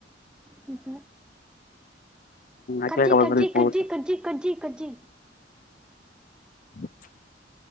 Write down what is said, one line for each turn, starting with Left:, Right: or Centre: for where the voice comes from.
Centre: నిజ
Left: అట్లే
Centre: కట్ జెయ్
Left: కాబట్టి
Centre: కట్ జేయ్ కట్ జే కట్ జే కట్ జే కట్ జే
Left: <inaudible>